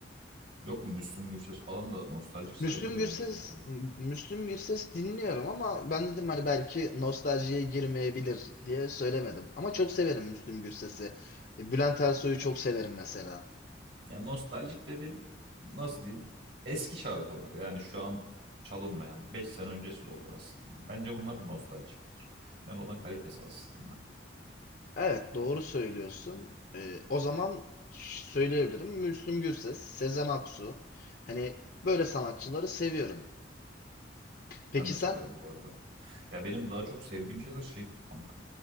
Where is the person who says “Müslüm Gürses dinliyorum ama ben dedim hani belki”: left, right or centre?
Left